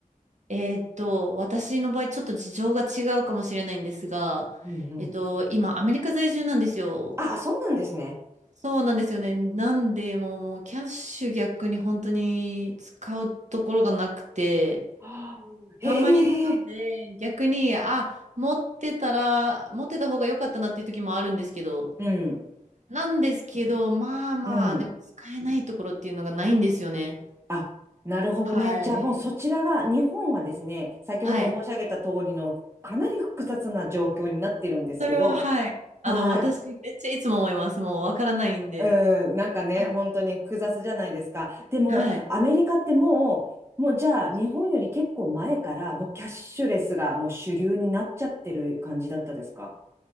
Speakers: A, on the right; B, on the right.
A: えーっと、私の場合、ちょっと事情が違うかもしれないんですが、
B: うんうん。
A: えっと、今、アメリカ在住なんですよ。
B: ああ、そうなんですね。
A: そうなんですよね。なんで、もう、もうキャッシュ逆に本当に使うところがなくて、
B: ああ、あ、へえ、
A: あんまりなので、逆に、あ、持ってたら、持ってた方が良かったなっていう時もあるんですけど、
B: うん、
A: なんですけど、まあまあ、
B: うん。
A: でも使えないところっていうのがないんですよね。
B: あ、なるほどね。
A: はい。
B: じゃあもうそちらは、日本はですね、先ほど申し上げた通りのかなり複雑な状況になってるんですけど、
A: はい。それは、はい。あの、
B: はい。
A: 私、めっちゃいつも思います。もう、わからないんで。
B: うん、なんかね、
A: は
B: 本当に複雑じゃないですか。でも、
A: い。はい。
B: アメリカってもう、もうじゃあ日本より結構前から、もうキャッシュレスがもう主流になっちゃってる感じだったですか